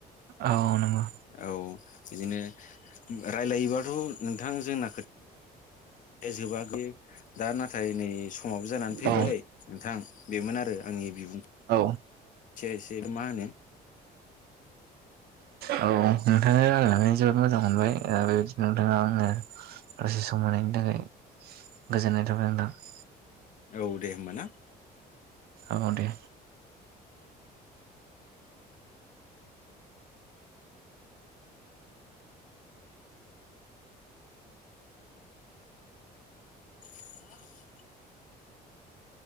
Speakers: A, on the right; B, on the left.
A: औ नंगौ
B: औ बिदिनो रायलायोबाथ' नोंथां जोंना खोथा जोबा <unintelligible> दा नाथाय नै समाबो जानानै फैबाय
A: औ
B: नोंथां बेमोन आरो आंनि बिबुं
A: औ
B: एसे मा होनो
A: औ नोंथांजों रायलायनानै जोबोद मोजां मोनबाय बेबायदिनो नोंथाङा आंनो <unintelligible> दसे सम मोनायनि थाखाय गोजोननाय थाबाय नोंथां <inaudible>
B: औ दे होमबा ना
A: औ दे
B: <inaudible>